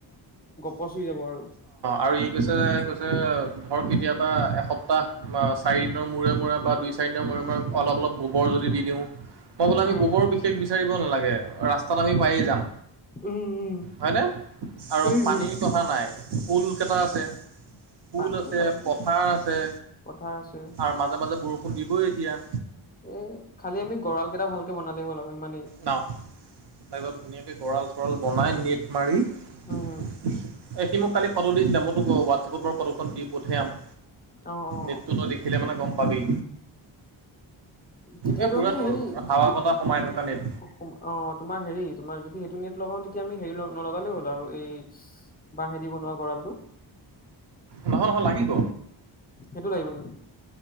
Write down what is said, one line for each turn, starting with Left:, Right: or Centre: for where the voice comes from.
Left: পচি যাব আৰু
Right: আৰু ই কৈছে ধৰক কেতিয়াবা এসপ্তাহ বা চাৰিদিনৰ মূৰে মূৰে বা দুই চাৰিদিনৰ মূৰে অলপ অলপ গোবৰ যদি দি দিওঁ। মই বোলো আমি
Left: উম
Right: গোবৰ বিশেষ বিচাৰিব নালাগে, ৰাস্তাত আমি পায়ে যাম।
Left: উম উম
Right: হয়নে? আৰু
Left: সেইটোৱে
Right: পানীৰ কথা নাই পুল কেইটা আছে। পুল
Left: পানীতো
Right: আছে,
Left: কথা নাই
Right: পথাৰ আছে
Left: পথাৰ আছে
Right: আৰু মাজে মাজে বৰষুণ দিবই এতিয়া।
Left: উম খালি আমি গঁৰাল কেইটা ভালকে বনালে হ'ল আৰু। ইমানেই
Right: ন একদম ধুনীয়াকে গঁৰাল চৰাল বনাই নেট মাৰি,
Left: উম
Right: এই সি মোক কালি ফটো দিছিলে মোক তোক হোৱাটছপত বাৰু ফটোখন দি পঠিয়াম,
Left: অ অ
Right: নেটটো তই দেখিলে মানে গম পাবি
Left: তেতিয়াতো
Right: এই পুৰা
Left: আমি
Right: তোৰ
Left: হেৰি
Right: হাৱা বতাহ সোমাই থকা নেট
Left: অ তোমাৰ হেৰি, তোমাৰ যদি সেইটো নেট লগাও তেতিয়া আমি হেৰি নলগালেই হ'ল আৰু এই বাঁহেদি বনোৱা গঁৰালটো
Right: নহয় নহয় লাগিব।
Left: সেইটো লাগিব নেকি?